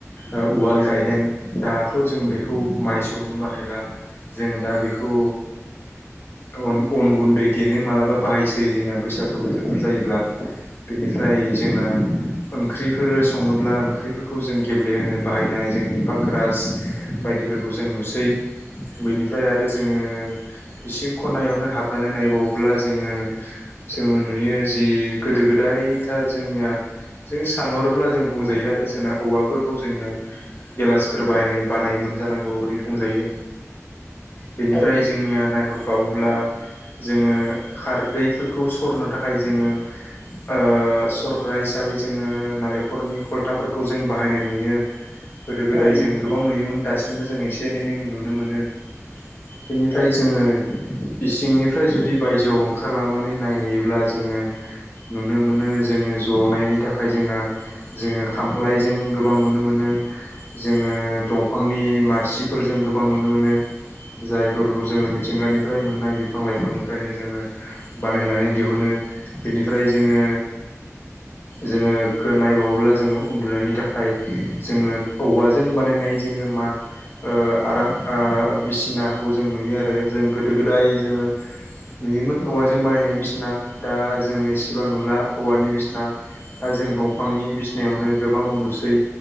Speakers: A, on the left; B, on the left.
A: ओ उवाल गायहेन दाथ' जों बेखौ माइ सौनो बाहायला जों दा बे खौ ओ अन अन गुन्दै देनो मालाबा बाहायसै जोंना बैसाग बोथोरफोर जायोब्ला। बेनिफ्राय जोंना ओंख्रिफोर सङोब्ला ओंख्रिफोरखौ जों गेब्लेहोनो बाहायनाय जोंनि पाक्रास बाय दि फोरखौ जों नुसै बेनिफ्राय आरो जोङो इसिं खनायावनो हाबनानै नायबावोब्ला जोङो जोङो नुयो जि गोदो गोदायथार जोंनिया जों सानहरोब्ला जों बुंजायो आरो जोंना औवाफोरखौ जोंनिया गेलासफोर बानाय बानायोमोन जानांगौ ओरै बुंजायो। बेनिफ्राय
B: औ
A: जोंनिया नायहरबावोब्ला जोङो खारदैफोर खौ सरनो थाखाय जोङो ओ सरग्रा हिसाबै जोङो नालेंखरनि खलथा फोरखौ जों बाहायनाय नुयो। गोदो गोदाय
B: औ नंगौ
A: जों गोबां नुयोमोन दासिमबो जों एसे एनै नों नुनो मोनो। बेनिफ्राय
B: औ
A: जोङो इसिंनिफ्राय जुदि बायजोआव ओंखारलांना नै नायहैयोब्ला जोङो नुनो मोनो जोङो जनायनि थाखाय जोंना जोङो खामफ्लायजों गोबां नुनो मोनो। जोङो दंफांनि मासिफोर जों गोबां नुनो मोनो। जायफोरखौ जों मिथिंगानिफ्राय मोननाय बिफां लाइफांनिफ्रायनो जोङो बानायनानै दिहुनो बेनिफ्राय जोङो जोङो गो नायबावोब्ला जोङो उन्दुनायनि थाखाय जोङो औवाजों बानाय नाय जोङो मा ओ आरां आ बिसिनाखौ जों नुयो आरो जों गोदो गोदाय जोङो नुयोमोन औवाजों बानायनाय बिसिना दा जोङो इसेबां नुला औवानि बिसना दा जों दंफांनि बिसिनायावनो गोबां उन्दुसै